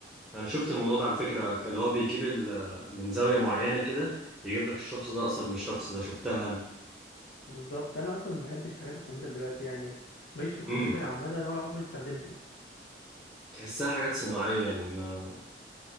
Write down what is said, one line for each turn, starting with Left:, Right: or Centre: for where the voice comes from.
Centre: انا شفت الموضوع ده على فكره كان اللي هو بيجيب ال... من زاويه معينه كده يجيب لك الشخص ده اصلا مش الشخص ده شفتها انا
Left: بالظبط انا اصلا ما بحبش حاجات الكمبيوتر دلوقتي يعني ماليش في الكمبيوتر
Centre: امم
Left: عامه ولا عمري استخدمته
Centre: تحسها حاجات صناعيه يعني ما